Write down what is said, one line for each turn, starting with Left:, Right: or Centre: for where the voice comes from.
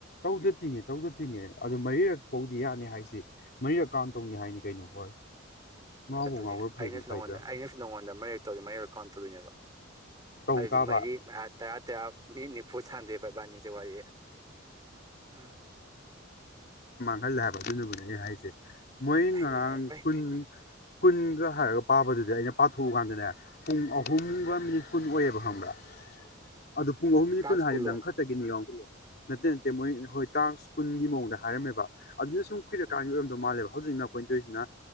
Left: ꯇꯧꯗꯗꯤꯅꯦ ꯇꯧꯗꯗꯤꯅꯦ ꯑꯗꯨ ꯃꯔꯤꯔꯛ ꯇꯧ ꯌꯥꯅꯤ ꯍꯥꯏꯁꯤ ꯃꯔꯤꯔꯛ ꯀꯥꯎꯟ ꯇꯧꯅꯤ ꯍꯥꯏꯅꯤ ꯀꯩꯅꯣ ꯍꯣꯏ꯫ ꯉꯥꯎꯕ
Right: ꯑꯗꯨꯅꯦ
Left: ꯉꯥꯎꯕ꯭ꯔꯥ ꯐꯩꯕꯨ
Right: ꯑꯩꯅꯁꯨ
Left: ꯐꯩꯕ꯭ꯔꯥ
Right: ꯅꯉꯣꯟꯗ ꯑꯩꯅꯁꯨ ꯅꯉꯣꯟꯗ ꯃꯔꯤꯔꯛ ꯇꯧ ꯃꯔꯤꯔꯛ ꯀꯥꯎꯟ ꯇꯧꯗꯣꯏꯅꯦꯕ
Left: ꯇꯧ
Right: ꯑꯗꯨꯗꯤ
Left: ꯇꯥꯕ
Right: ꯃꯔꯤ ꯑꯥ ꯇꯔꯥ ꯇꯔꯥ ꯃꯤꯅꯤꯠ ꯅꯤꯐꯨ ꯁꯥꯟꯅꯗꯨꯏꯕ ꯏꯕꯟꯅꯤꯁꯦ ꯋꯥꯔꯤ <unintelligible>
Left: ꯈꯜꯂꯦ ꯍꯥꯏꯕ ꯑꯗꯨꯅꯕꯨꯅꯦ ꯑꯩ ꯍꯥꯏꯁꯦ꯫ ꯃꯣꯏ ꯉꯔꯥꯡ
Right: ꯍꯩꯅꯔꯔꯣꯏ
Left: ꯀꯨꯟ ꯀꯨꯟꯒ ꯍꯥꯏꯔꯒ ꯄꯥꯕꯗꯨꯗꯤ ꯑꯩꯅ ꯄꯥꯊꯣꯛꯎꯀꯥꯟꯗꯅꯦ ꯄꯨꯡ ꯑꯍꯨꯝꯒ ꯃꯤꯅꯤꯠ ꯀꯨꯟ ꯑꯣꯏꯌꯦꯕ ꯈꯪꯕ꯭ꯔꯥ꯫ ꯑꯗꯨ ꯄꯨꯡ ꯑꯍꯨꯝ ꯃꯤꯅꯤꯠ
Right: ꯇꯥꯛꯁ
Left: ꯀꯨꯟ ꯍꯥꯏꯗꯤ
Right: ꯀꯨꯜꯂꯣ
Left: ꯅꯪ ꯈꯛꯇꯒꯤꯅꯤ ꯌꯦꯡꯑꯣ꯫ ꯅꯠꯇꯦ ꯅꯠꯇꯦ ꯃꯣꯏ ꯍꯣꯏ ꯇꯥꯛꯁ ꯀꯨꯟꯒꯤ ꯃꯑꯣꯡꯗ ꯍꯥꯏꯔꯝꯃꯦꯕ꯫ ꯑꯗꯨꯅ ꯁꯨꯝ ꯀꯨꯏꯔꯀꯥꯟꯒꯤ
Right: ꯎꯝ
Left: ꯑꯣꯏꯔꯝꯗꯧ ꯃꯥꯜꯂꯦꯕ꯫ ꯍꯧꯖꯤꯛꯅ ꯑꯩꯈꯣꯏꯅ ꯇꯧꯔꯤꯁꯤꯅ